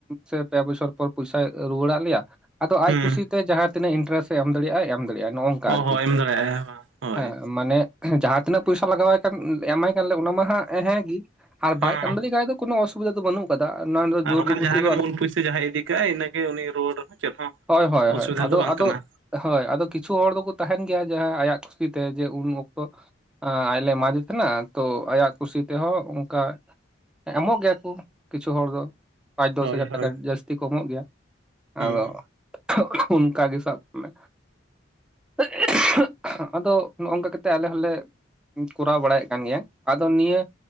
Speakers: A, in the centre; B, on the right.
A: ᱥᱮ ᱯᱮ ᱵᱚᱪᱷᱚᱨ ᱯᱚᱨ ᱯᱩᱭᱥᱟᱭ ᱨᱩᱣᱟᱹᱲᱟᱜ ᱞᱮᱭᱟ ᱟᱫᱚ ᱟᱡ
B: ᱦᱩᱸ
A: ᱠᱩᱥᱤ ᱛᱮ ᱡᱟᱦᱟᱸ ᱛᱤᱱᱟᱹᱜ ᱤᱱᱴᱟᱨᱮᱥ ᱮ ᱮᱢ ᱫᱟᱲᱮᱭᱟᱜ ᱟᱭ ᱮᱢ ᱫᱟᱲᱮᱭᱟᱜ ᱟᱭ ᱱᱚᱼᱚᱝᱠᱟ
B: ᱚ
A: ᱟᱨᱠᱤ
B: ᱦᱚᱸ ᱮᱢ ᱫᱟᱲᱮᱭᱟᱜᱼᱟᱭ ᱵᱟᱝ ᱦᱳᱭ
A: ᱦᱮᱸ ᱢᱟᱱᱮ ᱡᱟᱦᱟᱸ ᱛᱤᱱᱟᱹᱜ ᱯᱩᱭᱥᱟ ᱞᱟᱜᱟᱣᱟᱭ ᱠᱟᱱ ᱮᱢᱟᱭ ᱠᱟᱱ ᱞᱮ ᱚᱱᱟ ᱢᱟ ᱦᱟᱸᱜ ᱦᱮᱸ ᱜᱤ ᱟᱨ ᱵᱟᱭ
B: ᱦᱚᱸ
A: ᱮᱢᱫᱟᱲᱮᱜ ᱠᱷᱟᱡ ᱫᱚ ᱠᱳᱱᱳ ᱚᱥᱩᱵᱤᱫᱟ ᱫᱚ ᱵᱟᱹᱱᱩᱜ <unintelligible>
B: ᱟᱨ ᱵᱟᱠᱷᱟᱱ ᱡᱟᱦᱟᱸᱭ
A: ᱫᱚ
B: ᱜᱮ
A: ᱟᱞ
B: ᱢᱩᱞ ᱯᱩᱭᱥᱟᱹ ᱡᱟᱦᱟᱸᱭ ᱤᱫᱤ ᱠᱟᱜᱼᱟᱭ ᱤᱱᱟᱹᱜᱮ ᱩᱱᱤ ᱨᱩᱣᱟᱹᱲ ᱨᱮᱦᱚᱸ ᱪᱮᱫ ᱦᱚᱸ
A: ᱦᱳᱭ ᱦᱳᱭ
B: ᱚᱥᱩᱵᱤᱫᱷᱟ
A: ᱦᱳᱭ ᱟᱫᱚ
B: ᱫᱚ ᱵᱟᱝ
A: ᱟᱫᱚ
B: ᱠᱟᱱᱟ
A: ᱦᱳᱭ ᱟᱫᱚ ᱠᱤᱪᱷᱩ ᱦᱚᱲ ᱫᱚᱠᱚ ᱛᱟᱦᱮᱱ ᱜᱮᱭᱟ ᱡᱟᱦᱟᱸ ᱟᱭᱟᱜ ᱠᱩᱥᱤᱛᱮ ᱡᱮ ᱩᱱ ᱚᱠᱛᱚ <inaudible> ᱟᱡ ᱞᱮ ᱮᱢᱟᱫᱮ ᱛᱟᱦᱮᱸᱱᱟ ᱛᱚ ᱟᱭᱟᱜ ᱠᱩᱥᱤ ᱛᱮᱦᱚᱸ ᱚᱱᱠᱟ ᱮᱢᱚᱜ ᱜᱮᱭᱟ ᱠᱚ ᱠᱤᱪᱷᱩ ᱦᱚᱲ ᱫᱚ ᱯᱟᱸᱪ ᱫᱚᱥ
B: ᱦᱳᱭ
A: ᱦᱟᱡᱟᱨ ᱴᱟᱠᱟ
B: ᱦᱳᱭ
A: ᱡᱟᱹᱥᱛᱤ ᱠᱚ ᱮᱢᱚᱜ ᱜᱮᱭᱟ᱾
B: ᱦᱩᱸ
A: ᱟᱫᱚ <inaudible> ᱚᱱᱠᱟ ᱜᱮ ᱥᱟᱵ ᱢᱮ <inaudible> ᱟᱫᱚ ᱱᱚᱜᱼᱚᱝᱠᱟ ᱠᱟᱛᱮ ᱟᱞᱮ ᱦᱚᱸᱞᱮ ᱠᱚᱨᱟᱣ ᱵᱟᱲᱟᱭᱮᱫ ᱠᱟᱱ ᱜᱮᱭᱟ ᱟᱫᱚ ᱱᱤᱭᱟᱹ